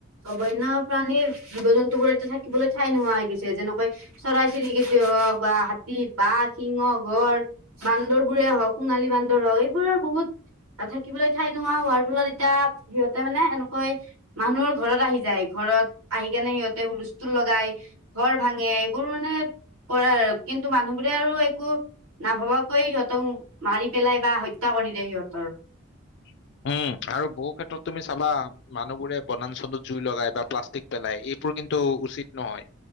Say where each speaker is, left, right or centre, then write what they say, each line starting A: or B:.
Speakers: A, on the right (about 80°); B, on the left (about 55°).
A: অ বন্য প্ৰাণীৰ জীৱ জন্তু বোৰে থাকিবলৈ ঠাই নোহোৱা হৈ গৈছে যেনেকৈ চৰাই চিৰিকিটি হওক বা হাতী, বাঘ, সিংহ হওক ৰ বান্দৰ বোৰে হওক সোণালী বান্দৰ হওক এইবোৰৰ বহুত থাকিবলৈ ঠাই নোহোৱা হোৱাৰ ফলত এতিয়া সিহঁতে মানে এনেকৈ মানুহৰ ঘৰত আহি যায় এইখন ঘৰত আহি কেনে সিহঁতে হুলস্থুল লগাই ঘৰ ভাঙে এইবোৰ মানে কৰা আৰু কিন্তু মানুহবোৰে আৰু একো নাভবাকৈ সিহঁতক মাৰি পেলাই বা হত্যা কৰি দ সিহঁতৰ
B: <unintelligible> উম আৰু বহু ক্ষেত্ৰত তুমি চাবা মানুহবোৰে বনাঞ্চনত জুই লগাই বা প্লাষ্টিক পেলাই এইবোৰ কিন্তু উচিত নহয়।